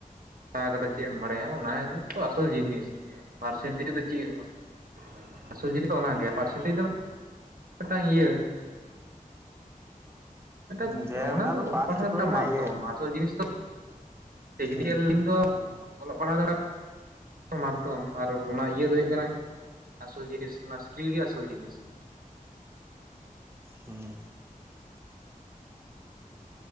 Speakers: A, on the right; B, on the right.
A: ᱥᱮᱬᱟ ᱟᱠᱟᱫᱟ ᱪᱮᱫ ᱮᱢ ᱵᱟᱲᱟᱭᱟ ᱚᱱᱟᱜ ᱜᱮ ᱛᱚ ᱟᱥᱚᱞ ᱡᱤᱱᱤᱥ ᱯᱟᱨᱥᱮᱱᱴᱮᱡᱽ ᱫᱚ ᱪᱮᱫ ᱦᱩᱭᱩᱜ-ᱟ ᱟᱥᱚᱞ ᱡᱤᱱᱤᱥ ᱫᱚ ᱚᱱᱟᱜᱮ ᱯᱟᱨᱥᱮᱱᱴᱮᱡᱽ ᱫᱚ ᱢᱤᱫᱴᱟᱝ ᱤᱭᱟᱹ ᱮᱴᱟᱛ
B: ᱦᱩᱸ ᱡᱮ
A: ᱚᱱᱟ ᱫᱚ
B: ᱯᱟᱥᱴ
A: ᱯᱟᱴᱷᱟᱱ
B: ᱠᱚᱨᱮᱱᱟᱜ
A: ᱛᱟᱢᱟ
B: ᱤᱭᱟᱹ
A: ᱫᱚᱢ ᱢᱟᱫᱽᱫᱷᱚᱢ ᱟᱥᱚᱞ ᱡᱤᱱᱤᱥ ᱛᱚ ᱴᱮᱠᱱᱤᱠᱮᱞ
B: ᱦᱩᱸ
A: ᱞᱟᱤᱱ ᱫᱚ ᱚᱞᱚᱜ ᱯᱟᱲᱦᱟᱣ ᱢᱟᱫᱽᱫᱷᱚᱢ ᱟᱨ ᱚᱱᱟ ᱤᱭᱟᱹ ᱫᱚ ᱦᱩᱭᱩᱜ ᱠᱟᱱᱟ ᱟᱥᱚᱞ ᱡᱤᱱᱤᱥ ᱚᱱᱟ ᱥᱠᱤᱞ ᱜᱮ ᱟᱥᱚᱞ ᱡᱤᱱᱤᱥ
B: ᱦᱩᱸ